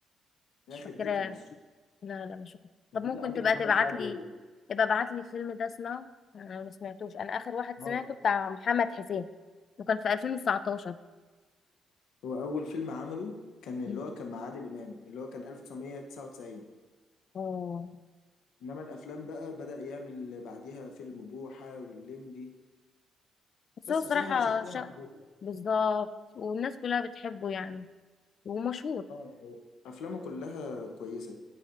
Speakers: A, on the left; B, on the left.
A: يا
B: مش
A: اخي
B: فاكراه
A: يخرب ديك في مصر
B: لا لا مش هكون طب
A: بس
B: ممكن
A: انت عندك
B: تبقى
A: محمد
B: تبعت
A: سعد
B: لي
A: والله.
B: يبقى ابعت لي الفيلم ده اسمعه انا ما سمعتوش انا اخر واحد
A: آه.
B: سمعته بتاع محمد حسين وكان في 2019
A: هو اول فيلم عمله كان اللي
B: مم.
A: هو كان مع عادل امام اللي هو كان 1999
B: اه
A: انما الافلام بقى بدأ يعمل بعديها فيلم بوحة واللمبي
B: بس
A: بس
B: هو صراحة
A: بصراحة هو شخصية
B: شق
A: محبوبة
B: بالظبط والناس كلها بتحبه يعني ومشهور
A: اه يعني افلامه كلها كويسة